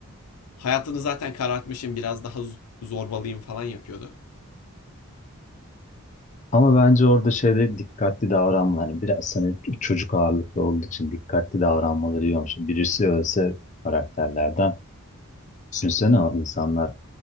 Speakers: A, on the left (about 85°); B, on the left (about 35°).
A: Hayatını zaten karartmışım biraz daha zorbalıyım falan yapıyordu.
B: Ama bence orada şeyde dikkatli davranma. Hani biraz hani çocuk ağırlıklı olduğu için dikkatli davranmaları iyi olmuş. Birisi ölse karakterlerden düşünsene o insanlar